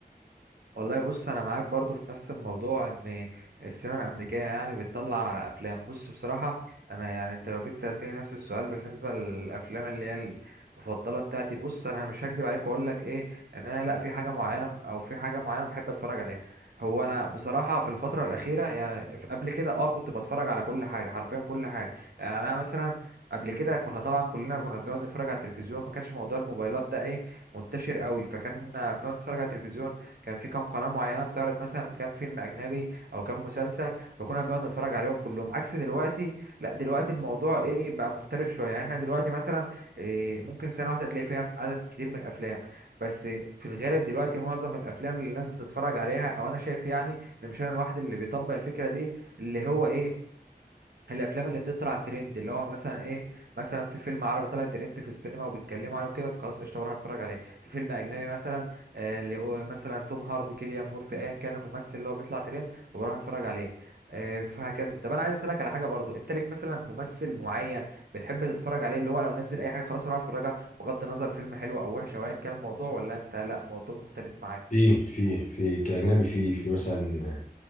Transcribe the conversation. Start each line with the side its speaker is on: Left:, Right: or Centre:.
Right: والله بص انا معاك برضو في نفس الموضوع ان السينما الامريكيه يعني بتطلع افلام بص بصراحه انا يعني انت لو جيت سالتني نفس السؤال بالنسبه للافلام اللي هي المفضله بتاعتي بص انا مش هكدب عليك واقول لك ايه ان انا لا في حاجه معينه او في حاجه معينه بحب اتفرج عليها هو انا بصراحه في الفتره الاخيره يعني في- قبل كده اه كنت بتفرج على كل حاجه حرفيا كل حاجه يعني انا مثلا قبل كده كنا طبعا كلنا كنا بنقعد نتفرج على التلفزيون ما كانش موضوع الموبايلات ده ايه منتشر قوي فكان بنقعد نتفرج على التلفزيون كان في كام قناه معينه بتعرض مثلا كام فيلم اجنبي او كام مسلسل فكنا بنقعد نتفرج عليهم كلهم عكس دلوقتي لا دلوقتي الموضوع ايه بقى مختلف شويه يعني احنا دلوقتي مثلا إيه ممكن سنه واحده تلاقي فيها عدد كتير من الافلام بس في الغالب دلوقتي معظم الافلام اللي الناس بتتفرج عليها او انا شايف يعني ان مش انا الواحد اللي بيطبق الفكره دي اللي هو ايه الافلام اللي بتطلع ترند اللي هو مثلا ايه مثلا في فيلم عربي طلع ترند في السينما وبيتكلموا عليه وكده فخلاص قشطه بروح اتفرج عليه في فيلم اجنبي مثلا آه اللي هو مثلا توم هاردي كيليان مورفي ايا كان الممثل اللي هو بيطلع ترند وبروح اتفرج عليه آه فهكذا طب انا عايز اسالك على حاجه برضو انت ليك مثلا ممثل معين بتحب تتفرج عليه اللي هو لو نزل اي حاجه خلاص اروح اتفرجها بغض النظر فيلم حلو او وحش او ايا كان الموضوع ولا انت لا الموضوع مختلف معاك
Left: في في في كأجنبي في في مثلا